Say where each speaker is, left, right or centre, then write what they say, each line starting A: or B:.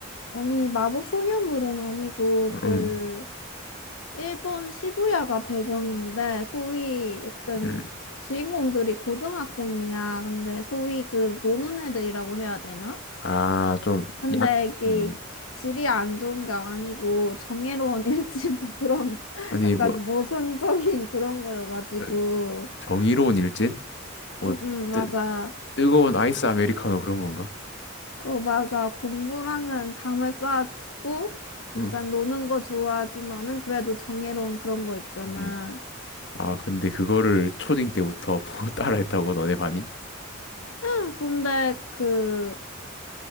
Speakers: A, on the left; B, on the left.
A: 아니 마법 소녀물은 아니고 그
B: 음,
A: 일본 시부야가 배경인데 소위 약간
B: 음,
A: 주인공들이 고등학생이야. 근데 소위 그 노는 애들이라고 해야 되나?
B: 아, 좀,
A: 근데
B: 양,
A: 이게
B: 음.
A: 질이 안 좋은 게 아니고 정의로운 <laughs> 일치 뭐 그런
B: 아니,
A: 약간
B: 뭐,
A: 모순적인 그런 거여가지고
B: 어, 정의로운 일진? 뭐,
A: 응응
B: 뜨,
A: 맞아
B: 뜨거운 아이스 아메리카노 그런 건가?
A: 어 맞아 공부랑은 담을 쌓아치고
B: 응.
A: 약간 노는 거 좋아하지만은 그래도 정의로운 그런 거 있잖아
B: 음. 아, 근데 그거를 초딩 때부터 보고 <laughs> 따라했다고 너네 반이?
A: 응 근데 그